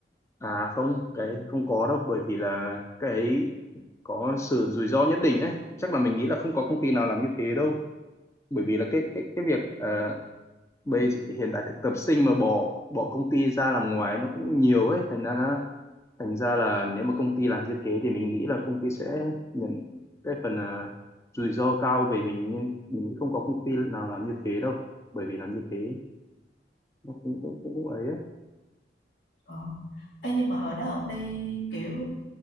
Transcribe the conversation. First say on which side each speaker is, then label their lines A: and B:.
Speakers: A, on the left; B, on the left.
A: à không, cái không có đâu bởi vì là cái ấy có sự rủi ro nhất định ấy. Chắc là mình nghĩ là không có công ty nào làm như thế đâu. Bởi vì là cái cái cái việc à, bây hiện tại thực tập sinh mà bỏ bỏ công ty ra làm ngoài nó cũng nhiều ấy, thành ra là thành ra là nếu mà công ty làm như thế thì mình nghĩ là công ty sẽ nhận cái phần à, rủi ro cao về mình nhưng mình nghĩ không có công ty nào làm như thế đâu bởi vì làm như thế nó cũng cũng cũng, cũng ấy, ấy.
B: ờ. Ê, nhưng mà hồi đó ông đi kiểu